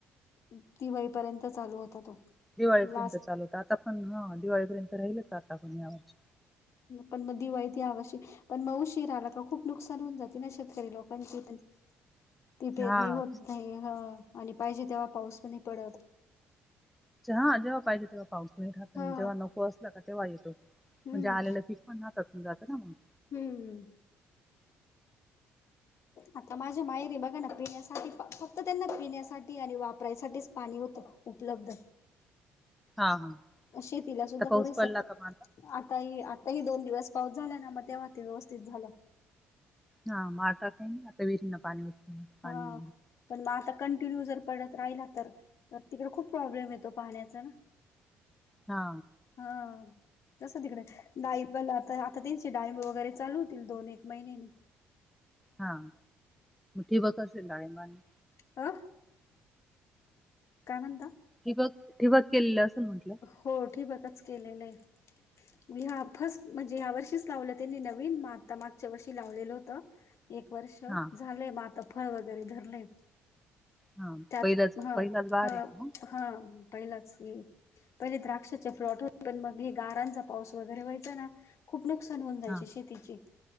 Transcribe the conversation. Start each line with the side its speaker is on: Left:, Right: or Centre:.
Left: दिवाळीपर्यंत चालू होता तो.
Centre: दिवाळीपर्यंत
Left: लास्ट
Centre: चालू होता आता पण ह दिवाळीपर्यंत राहिलच आता आपण या वर्ष
Left: पण मग दिवाळीती ह्या वर्षी पण म उशीरा आला का खूप नुकसान होऊन जात ना शेतकरी लोकांची पण ती पेरणी
Centre: हा
Left: होत नाही ह आणि पाहिजे तेव्हा पाऊस पण नाही पडत
Centre: हा जेव्हा पाहिजे तेव्हा पाऊस म राह
Left: हा
Centre: जेव्हा नको असला का तेव्हा येतो म्हणजे
Left: हम्म
Centre: आलेलं पिक हातातून जात ना मग
Left: हम्म हम्म आता माझ्या माहेरी बघा ना पिण्यासाठी फक्त त्यांना पिण्यासाठी आणि वापरायसाठीच पाणी होतं. उपलब्ध
Centre: हा हा
Left: शेतीला
Centre: आता
Left: सुद्धा
Centre: पाऊस
Left: पुरेस
Centre: पडला
Left: आता
Centre: का मग
Left: ह आताही दोन दिवस पाऊस झाला ना मग तेव्हा ते व्यवस्थित झाल.
Centre: हा म आता काय आता वरना पाणी पाणी
Left: हा. पण मग आता कंटिन्यू जर पडत राहिला तर तिकडे खूप प्रॉब्लेम येतो पाण्याचा ना <inaudible>
Centre: हा
Left: हा तस तिकडे डाळींब आता आता त्यांचे डाळींब वगैरे चालू होतील दोन एक महिनेने
Centre: हा ठिबक असेल डाळींबाना
Left: आ काय म्हणता?
Centre: ठिबक ठिबक केलेलं असं म्हणत
Left: हो ठिबकच केलेलं आहे मी हा फस्ट म्हणजे या्या वर्षीच लावलं त्यांनी नवीन आता मागच्या वर्षी लावलेलं होत. एक वर्ष
Centre: हा
Left: झालेय मात फळ वगैरे धरले.
Centre: हा
Left: त्यात
Centre: पहिलाच
Left: ह
Centre: पहिलाच बार
Left: ह
Centre: आहे का मग
Left: हा पहिलाच ये. पहिले द्राक्षाचे फ्लॉट होते पण मग हे गारांचा पाऊस वगैरे व्हायचा ना. खूप नुकसान होऊन जायचे
Centre: हा
Left: शेतीचे.